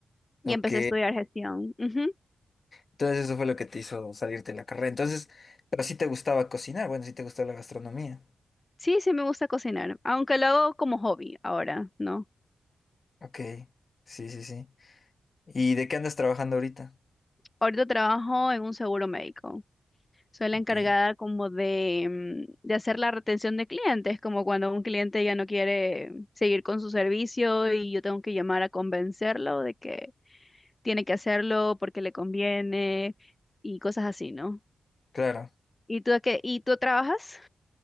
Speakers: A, on the left (about 15°); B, on the left (about 30°).
A: Y
B: Ok.
A: empecé a estudiar gestión. Ujú.
B: Entonces eso fue lo que te hizo salirte de la carrera. Entonces, pero sí te gustaba cocinar, bueno, sí te gustaba la gastronomía.
A: Sí, sí me gusta cocinar, aunque lo hago como hobby ahora, ¿no?
B: Ok. Sí, sí, sí. ¿Y de qué andas trabajando ahorita?
A: Ahorita trabajo en un seguro médico. Soy la
B: Ok.
A: encargada como de, mm, de hacer la retención de clientes, como cuando un cliente ya no quiere seguir con su servicio y yo tengo que llamar a convencerlo de que tiene que hacerlo porque le conviene y cosas así, ¿no?
B: Claro.
A: ¿Y tú, de qué, y tú trabajas?